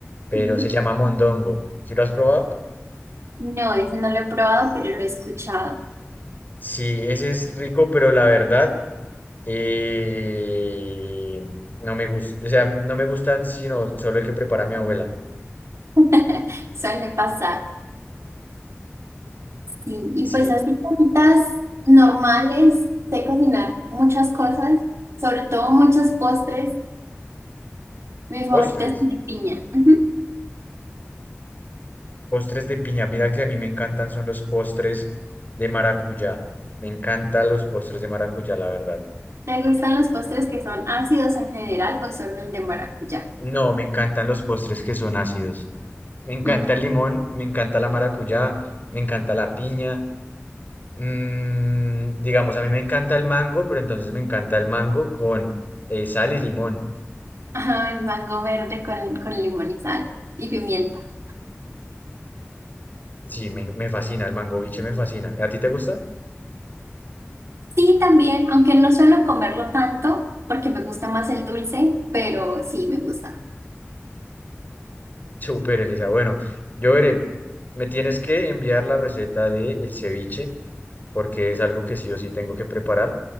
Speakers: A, on the left; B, on the right.
A: pero
B: Ujú.
A: se llama mondongo. ¿Sí lo has probado?
B: No, ese no lo he probado, pero lo he escuchado.
A: Sí, ese es rico, pero la verdad, eh, no me gusta. O sea, no me gustan sino solo el que prepara mi abuela.
B: <laughs> Suele pasar. Sí, y
A: Sí,
B: pues así cositas normales, sé cocinar muchas cosas, sobre todo muchos postres. Mi favorita
A: postres.
B: es el de piña. Ujú.
A: Postres de piña. Mira que a mí me encantan son los postres de maracuyá. Me encantan los postres de maracuyá, la verdad.
B: ¿Te gustan los postres que son ácidos en general o solo el de maracuyá?
A: No, me encantan los postres que son ácidos. Me encanta
B: Mm.
A: el limón, me encanta la maracuyá, me encanta la piña. Mm, digamos, a mí me encanta el mango, pero entonces me encanta el mango con eh, sal y limón.
B: <laughs> Ajá, el mango verde con, con limón y sal y pimienta.
A: Sí, me, me fascina, el mango biche me fascina. ¿A ti te gusta?
B: Sí, también, aunque no suelo comerlo tanto porque me gusta más el dulce, pero sí me gusta.
A: Súper, Elisa. Bueno, yo veré, me tienes que enviar la receta de el ceviche, porque es algo que sí o sí tengo que preparar,